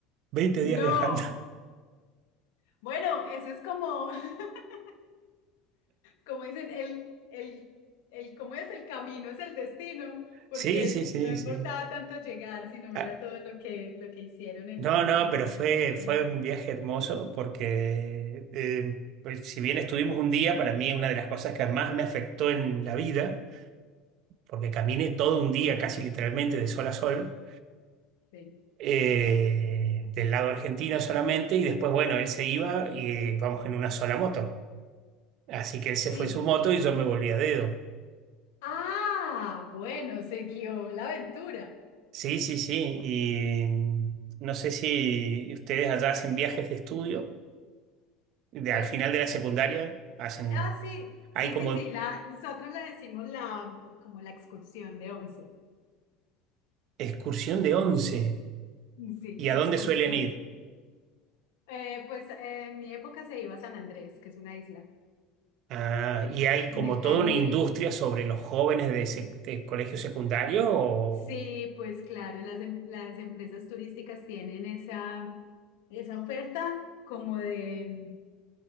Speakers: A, on the right; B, on the left.
A: 20 días
B: No.
A: viajando. <laughs>
B: Bueno, eso es como, <laughs> como dicen, el, el, el, ¿cómo es el camino? Es el destino, porque
A: Sí, sí, sí,
B: no importaba
A: sí.
B: tanto llegar, sino mira
A: Ah,
B: todo lo que, lo que hicieron en,
A: no, no,
B: en
A: pero
B: el
A: fue,
B: camino.
A: fue un viaje hermoso porque eh, pues, si bien estuvimos un día, para mí una de las cosas que más me afectó en la vida, porque caminé todo un día, casi literalmente de sol a sol
B: Sí.
A: eh, del lado argentino solamente, y después, bueno, él se iba y eh, vamos en una sola moto. Así que él
B: Sí.
A: se fue en su moto y yo me volví a dedo.
B: Ah, bueno, siguió la aventura.
A: Sí, sí, sí. Y mm, no sé si ustedes allá hacen viajes de estudio, de,
B: Pues,
A: al final de la secundaria, hacen,
B: ah, sí,
A: hay
B: sí,
A: como
B: sí, sí, la, nosotros le decimos la, como la excursión de once.
A: excursión de once
B: Sí,
A: ¿Y
B: excursión.
A: a dónde suelen ir?
B: Eh, pues eh, en mi época se iba a San Andrés, que es una isla.
A: Ah, y hay
B: En
A: como
B: el Caribe.
A: toda una industria sobre los jóvenes de, sec- de colegio secundario o
B: Sí, pues claro, las, em- las empresas turísticas tienen esa, esa oferta como de